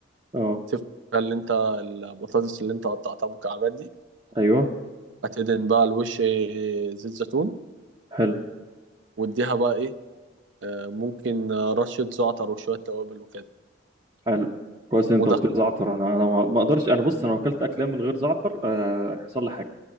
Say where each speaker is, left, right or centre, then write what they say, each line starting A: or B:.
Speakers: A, on the right; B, on the right.
A: اه
B: تفرق اللي انت البطاطس اللي انت قطعتها مكعبات دي
A: ايوه
B: هتدهن بقى الوش زيت زيتون
A: حلو
B: واديها بقى ايه آه، ممكن آه، رشة زعتر وشوية توابل وكده
A: حلو كويس إن انت
B: ودخل
A: قلت لي زعتر انا انا ما ما اقدرش انا بص انا لو اكلت اكلام من غير زعتر آه، هيحصل لي حاجه